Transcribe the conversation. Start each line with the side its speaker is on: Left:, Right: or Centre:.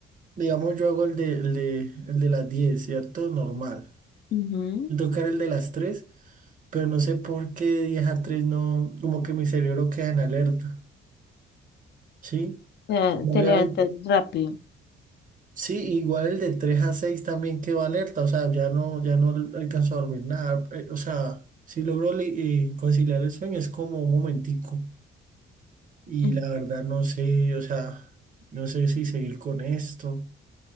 Right: digamos, yo hago el de, el de, el de las 10, ¿cierto? Normal.
Left: Ujú.
Right: Y tocar el de las 3, pero no sé por qué de 10 a tres no, como que mi cerebro queda en alerta, ¿sí?
Left: O sea,
Right: Claro.
Left: te
Right: Obviamente,
Left: levantas rápido.
Right: sí, igual el de 3 a 6 también quedó alerta, o sea, ya no, ya no alcanzo a dormir nada, eh, o sea, si logro li- eh, conciliar el sueño es como un momentico. Y
Left: Mm,
Right: la verdad no sé, o sea, no sé si seguir con esto,